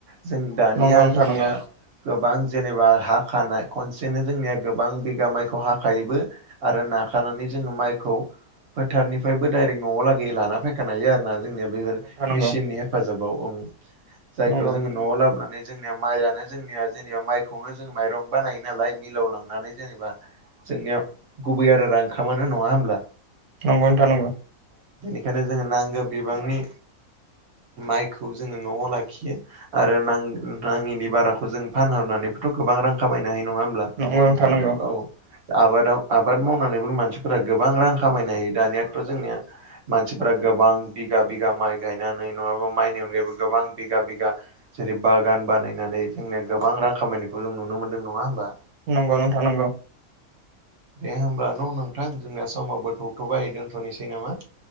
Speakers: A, on the right; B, on the right.
A: जों दानिया
B: नंगौ नोंथां
A: जोंनिया
B: नंगौ
A: गोबां जेनेबा हा खानाय खनसेनो जोंनिया गोबां बिगा माइखौ हाखायोबो आरो नाखानानै जोङो माइखौ फोथारनिफ्रायबो दडाइरेक्ट न'आव लागै लान फैखानो हायो आरोना जोंनिया बैफोर
B: नंगौ नोंथां नंगौ
A: मिसिननि हेफाजाबाव जायखौ
B: नंगौ
A: जोङो न'आव लाबोनानै जोंनिया माइआनो जोंनिया जेनेबा माइखौनो जों माइरं बानायो नालाय मिलाव लांनानै जेनेबा जोंनिया गुबै आदारा ओंखामानो नङा होमब्ला?
B: नंगौ नोंथां नंगौ।
A: बेखायनो जोङो नांगौ बिबांनि माइखौ जोङो न'आव लाखियो आरो नाङिनि बाराखौ जों फानहरनानैबोथ' गोबां रां खामायनो हायो। नङा होमब्ला
B: नंगौ नोंथां
A: औ
B: नंगौ
A: आबादाव आबाद मावनानैबो मानसिफोरा गोबां रां खामायनो हायो दानियाथ' जोंनिया मानसिफोरा गोबां बिगा बिगा माइ गायनानै नङाबा माइनि अनगायैबो गोबां बिगा बिगा जेरै बागान बानायनानै जोंनिया गोबां रां खामायनायखौ जों नुनो मोन्दों नङा होमबा?
B: नंगौ नोंथां नंगौ।
A: दे होमब्ला न' नोंथां जोंनाया समावबो थौथ'बाय दोनथ'नोसै नामा।